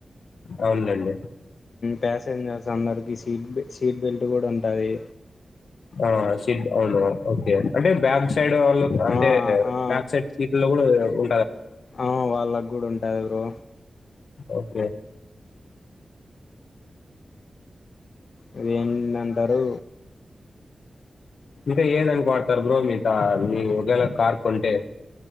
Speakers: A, on the left (about 85°); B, on the left (about 65°).
A: అవును లెండి
B: ప్యాసెంజర్స్ అందరికి సీట్ సీట్ బెల్ట్ కూడా ఉంటది
A: ఆ సిడ్ అవును ఓకే అంటే బ్యాగ్స్ సైడ్ అంటే
B: ఆ ఆ ఆ
A: బ్యాక్ సైట్ సీట్ లో కూడా ఉ
B: ఆ వాళ్ళకు కూడా ఉంట టది బ్రో
A: ఓకే
B: ఇదేంటంటారు
A: ఇకా ఏదనుకుంటారు బ్రో మీత మీ వగలా కార్ కొంటే